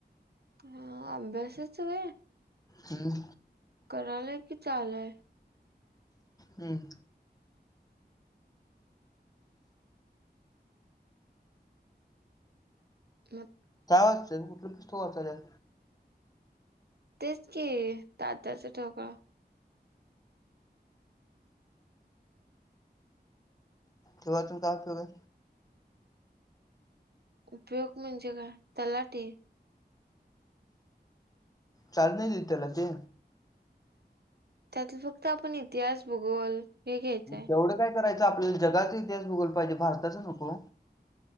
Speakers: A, on the right (about 65°); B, on the left (about 20°).
A: हा अभ्यासाच व्हय?
B: हम्म
A: करालोय की, चालूय.
B: हम्म
A: म
B: काय वाचतेस, कुठलं पुस्तक वाचायल्यास?
A: तेच की, तात्याचं ठोकळा.
B: ते वाचून काय उपयोग हाय?
A: उपयोग म्हणजे काय? तलाटी.
B: चार्ज नाही देत त्याला ते?
A: त्यातलं फक्त आपण इतिहास, भूगोल हे घ्यायचंय
B: तेवढं काय करायचं आपल्याला, जगाचा इतिहास, भूगोल पाहिजे भारताच नको.